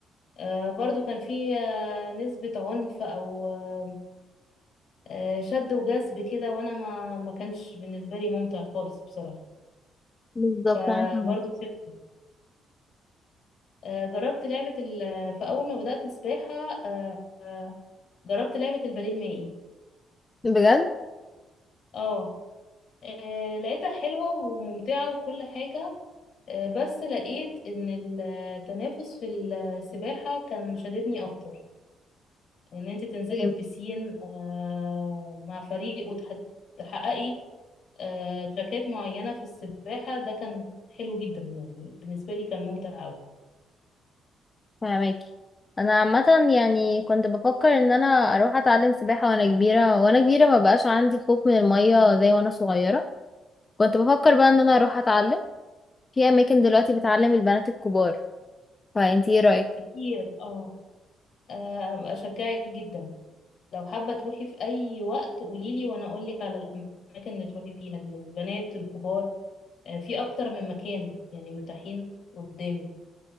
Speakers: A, on the left (about 65°); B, on the left (about 25°).
A: آه، برضو كان فيه آه، نسبه عنف او آه، آه، شد وجذب كده وانا ما ما كانش بالنسبه لي ممتع خالص بصراحه
B: بالظبط
A: فبرضه
B: انا فاهمة
A: سبته آه، جربت لعبه ال... في اول ما بدات سباحه آه، آه، جربت لعبه البديل المائي
B: بجد
A: اه آه، لقيتها حلوه وممتعه وكل حاجه آه، بس لقيت ان التنافس في السباحه كان شددني اكتر ان انت تنزلي
B: جامد.
A: البسين آه، مع فريق وتحققي آه، تراكات معينة في السباحة ده كان حلو جدا يعني بالنسبة لي كان ممتع أوي
B: فاهماكي انا عامة يعني كنت بفكر ان انا اروح اتعلم سباحة وانا كبيرة وانا كبيرة ما بقاش عندي خوف من المية زي وانا صغيرة كنت بفكر بقى ان انا اروح اتعلم في اماكن دلوقتي بتعلم البنات الكبار فانتي ايه رأيك
A: كتير اه آه، أشجعك جدا لو حابة تروحي في أي وقت قوليلي وأنا أقولك على الأماكن اللي تروحي فيها للبنات الكبار آه، في أكتر من مكان يعني متاحين قدامي